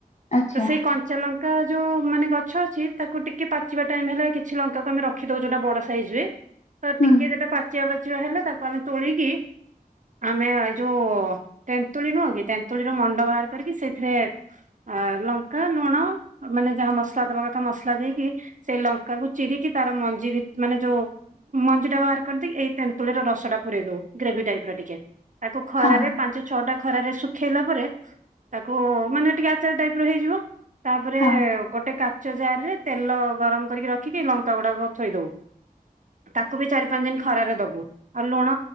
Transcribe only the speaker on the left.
ଆଚ୍ଛା
ହୁଁ
ହଁ
ହଁ